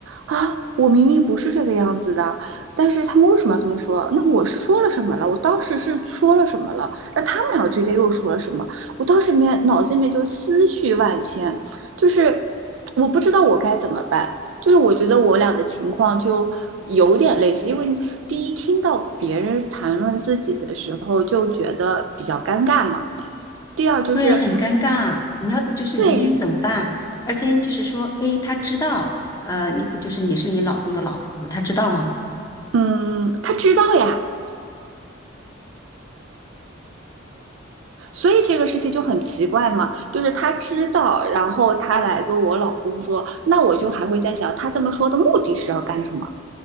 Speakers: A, on the right; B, on the left.
A: 啊，我明明不是这个样子的，但是他们为什么要这么说？那我是说了什么了？我当时是说了什么了？那他们俩之间又说了什么？我当时里面脑子里面就思绪万千，就是我不知道我该怎么办。就是我觉得我俩的情况就有点类似，因为第一听到别人谈论自己的时候就觉得比较尴尬嘛，第二就是
B: 对，很尴尬，你要就是你很怎么办？
A: 对，
B: 而且就是说，诶，他知道，呃，你就是你是你老公的老婆，他知道吗？
A: 嗯，他知道呀，所以这个事情就很奇怪嘛，就是他知道，然后他来跟我老公说，那我就还会在想，他这么说的目的是要干什么？